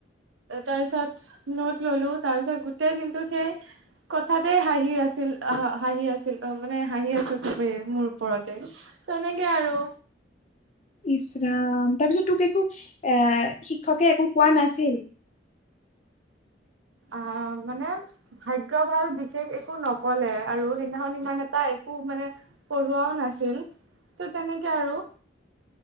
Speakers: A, on the right; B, on the left.
A: তাৰপিছত নট ললো তাৰ পিছত গোটেই দিনতটো সেই। কথাতে হাঁহি আছিল হাঁহি আছিল অ' মানে হাঁহি আছে চবেই মোৰ ওপৰতে। তেনেকে আৰু।
B: ইচৰাম তাৰ পিছত তোক একো এ' শিক্ষকে একো কোৱা নাছিল?
A: অ' মানে। ভাগ্য ভাল বিশেষ একো নকলে আৰু সেইদিনাখন ইমান এটা একো মানে। পঢ়োৱাও নাছিল ত' তেনেকে আৰু।